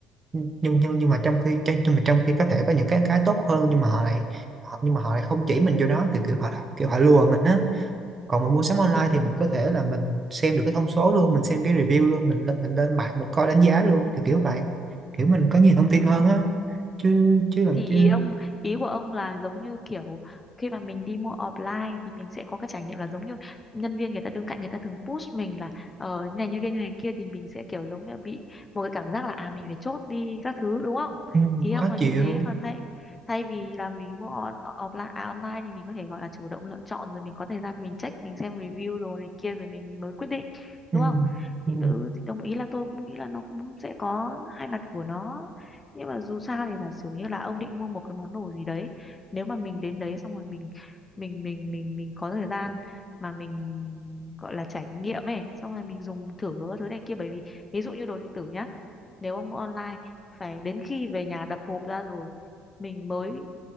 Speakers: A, on the right (about 30°); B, on the left (about 25°).
A: nhưng nhưng nhưng mà trong khi trong- nhưng mà trong khi có thể có những cái cái tốt hơn nhưng mà họ lại họ, nhưng mà họ lại không chỉ mình vô đó kiểu kiểu họ kiểu họ lùa mình á còn mình mua sắm online
B: thì nó
A: thì mình có thể là mình xem được cái thông số luôn mình xem cái review luôn mình lên mình lên mạng mình coi đánh giá luôn kiểu kiểu vậy kiểu mình có nhiều thông
B: ờ,
A: tin hơn á chứ chứ làm
B: thì
A: chứ
B: ý ông ý của ông là giống như kiểu khi mà mình đi mua offline thì mình sẽ có cái trải nghiệm là giống như nhân viên người ta đứng cạnh người ta thường push mình là ờ như này như kia như này kia thì mình sẽ kiểu giống như là bị một cái cảm giác là à mình phải chốt đi các thứ đúng không
A: ừ,
B: ý
A: khó
B: ông là
A: chịu
B: như thế còn thay thay vì là mình mua on, offline à, online thì mình có thể gọi là chủ động lựa chọn rồi mình có thời gian mình check mình xem review đồ này kia rồi mình mới quyết định
A: ừ,
B: đúng không thì,
A: ừ.
B: ừ, thì đồng ý là tôi cũng nghĩ là nó cũng sẽ có hai mặt của nó nhưng mà dù sao thì giả sử như là ông định mua một cái món đồ gì đấy nếu mà mình đến đấy xong rồi mình mình mình mình mình có thời gian mà mình gọi là trải nghiệm ấy xong rồi mình dùng thử các thứ này kia bởi vì ví dụ như đồ điện tử nhá nếu ông mua online phải đến khi về nhà đập hộp ra rồi mình mới